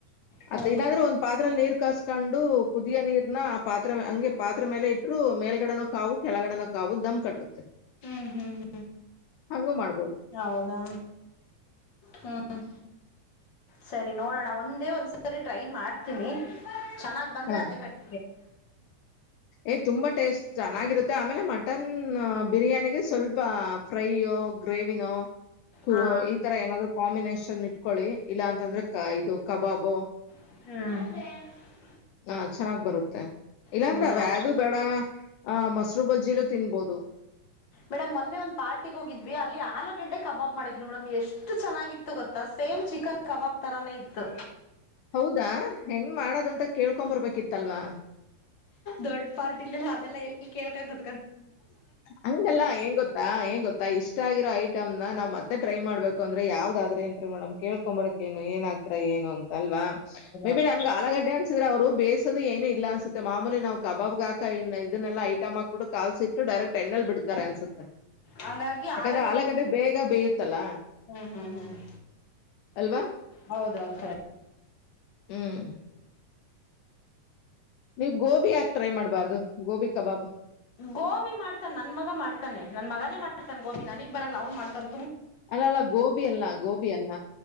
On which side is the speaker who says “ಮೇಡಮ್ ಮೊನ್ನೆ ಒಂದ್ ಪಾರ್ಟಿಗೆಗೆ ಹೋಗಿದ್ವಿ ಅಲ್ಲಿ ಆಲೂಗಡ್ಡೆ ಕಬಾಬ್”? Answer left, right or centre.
Left